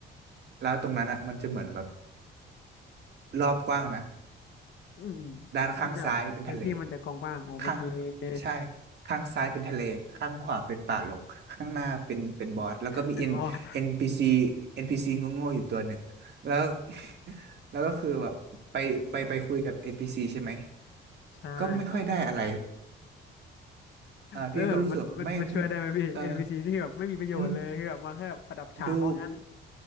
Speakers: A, on the right (about 60°); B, on the left (about 65°).
A: แล้วตรงนั้นอ่ะมันจะเหมือนแบบรอบกว้างนะ
B: อืมอืม
A: ด้านข้างซ้ายเป็นทะเล
B: มันแบบพื้นที่มันจะกว้างๆโอ้เป็นทะเล
A: ข้าง
B: <laughs>
A: ใช่ ข้างซ้ายเป็นทะเล ข้างขวาเป็นป่ารกข้างหน้าเป็นเป็นบอสแล้วก็มีเอ็นเอ็นพีซี
B: เป็นบอส
A: เอ็นพีซีโง่ๆอยู่ตัวหนึ่ง แล้ว <laughs> แล้วก็คือแบบไปไปไปคุยกับเอ็นพีซีใช่ไหม
B: ใช่ครับ
A: ก็ไม่ค่อยได้อะไรอ่าพี่ก็รู้สึกไม่
B: แล้วแบบมันมันมันช่วยได้ไหมพี่
A: เออ
B: NPC นพีซีนี่แบบไม่มีประโยชน์เลยคือแบบมาแค่แบบประดับฉากเขางั้น
A: อืมดู